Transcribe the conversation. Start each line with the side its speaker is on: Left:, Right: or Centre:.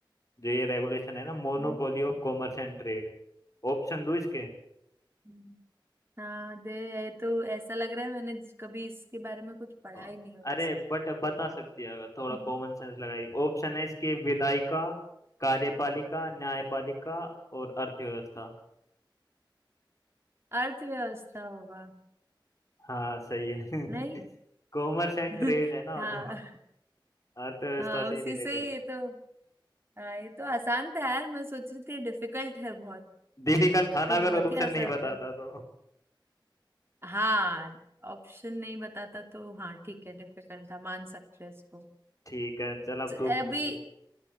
Left: जो ये रेगुलेशन है ना monopoly
Right: हम्म,
Left: of commerce and trade Option दो इसके
Right: हम्म। हाँ दे ये तो ऐसा लग रहा है मैंने कभी इसके बारे में कुछ पढ़ा
Left: अ,
Right: ही नहीं हो जैसे
Left: अरे बट बता सकती है अगर थोड़ा कॉमन
Right: <laughs>
Left: सेंस लगाई ऑप्शन है इसके विधायिका कार्यपालिका न्यायपालिका और अर्थव्यवस्था
Right: अर्थव्यवस्था होगा
Left: हाँ सही है
Right: नहीं
Left: <laughs> कॉमर्स एंड
Right: <laughs>
Left: ट्रेड है ना
Right: हाँ
Left: तो अर्थव्यवस्था
Right: हाँ
Left: से
Right: उसी
Left: ही रिलेटेड
Right: से ही
Left: है
Right: ये तो हाँ ये तो आसान था यार मैं सोच रही थी डिफिकल्ट है बहुत
Left: डिफिकल्ट था ना
Right: तो
Left: अगर
Right: बहुत
Left: ऑप्शन
Right: ही आसान
Left: नहीं बताता
Right: था।
Left: तो
Right: हाँ ऑप्शन नहीं बताता तो हाँ ठीक है डिफिकल्ट था मान सकते हैं इसको
Left: ठीक है चल अब
Right: तो
Left: तू
Right: अभी
Left: पूछ